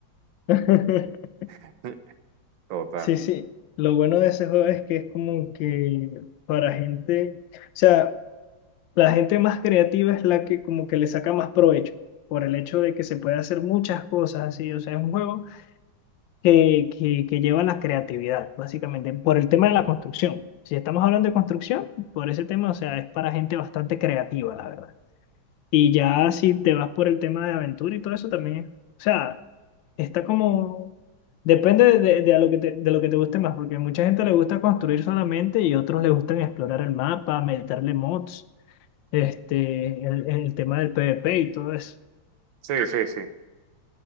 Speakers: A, on the left; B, on the right.
A: <laughs>
B: <laughs> Total.
A: Sí, sí. Lo bueno de ese juego es que es como que para gente, o sea, la gente más creativa es la que como que le saca más provecho por el hecho de que se puede hacer muchas cosas así. O sea, es un juego que, que, que lleva a la creatividad, básicamente, por el tema de la construcción. Si estamos hablando de construcción, por ese tema, o sea, es para gente bastante creativa, la verdad. Y ya si te vas por el tema de aventura y todo eso también, o sea, está como, depende de, de- de a lo que te, de lo que te guste más, porque mucha gente le gusta construir solamente y otros le gustan explorar el mapa, meterle mods, este, el, el tema del PvP y todo eso.
B: Sí, sí, sí.